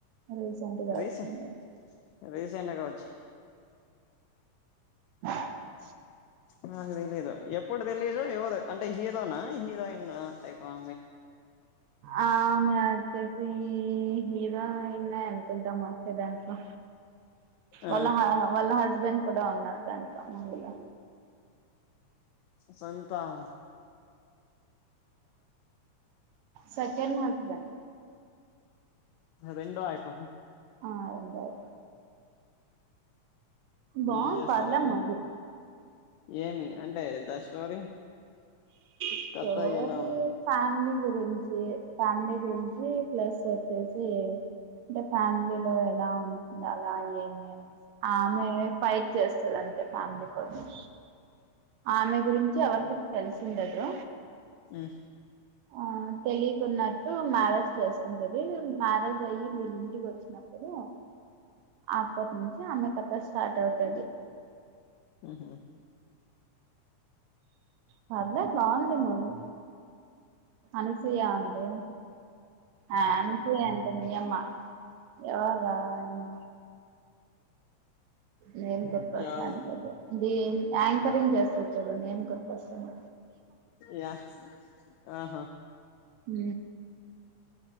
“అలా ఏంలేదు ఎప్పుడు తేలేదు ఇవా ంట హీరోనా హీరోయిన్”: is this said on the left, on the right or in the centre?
Left